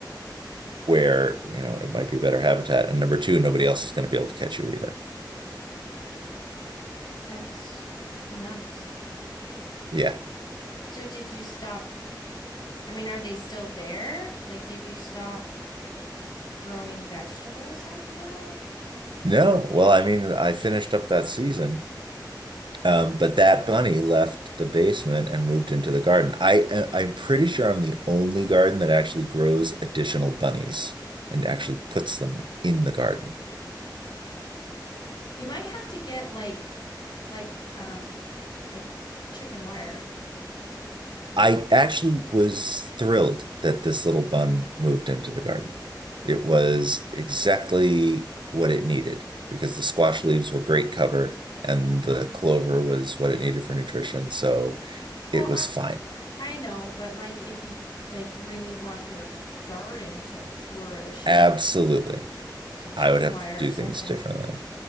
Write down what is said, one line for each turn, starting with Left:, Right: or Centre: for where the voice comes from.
Right: where, you know, it might be better habitat. And number two, nobody else is going to be able to catch you either.
Left: That's nuts.
Right: Yeah.
Left: So did you stop? I mean, are they still there? Like, did you stop growing vegetables after that?
Right: No. Well, I mean, I finished up that season. Um, but that bunny left the basement and moved into the garden. I, I- I'm pretty sure I'm the only garden that actually grows additional bunnies and actually puts them in the garden.
Left: You might have to get like like um like chicken wire.
Right: I actually was thrilled that this little bun moved into the garden. It was exactly what it needed because the squash leaves were great cover and the clover was what it needed for nutrition. So
Left: Well,
Right: it
Left: I
Right: was fine.
Left: I know, but like if you like really want your garden to flourish, you
Right: Absolutely.
Left: might need some some chicken
Right: I would have
Left: wire
Right: to do
Left: or something.
Right: things differently.